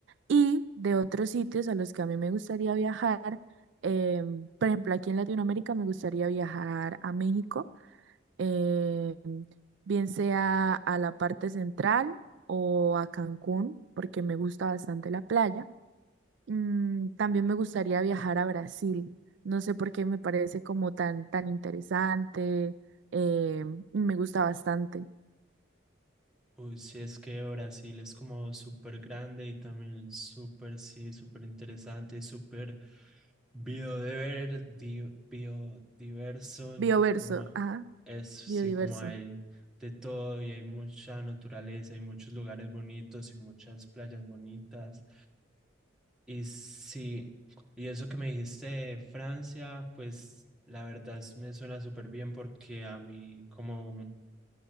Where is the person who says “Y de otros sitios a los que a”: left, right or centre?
Right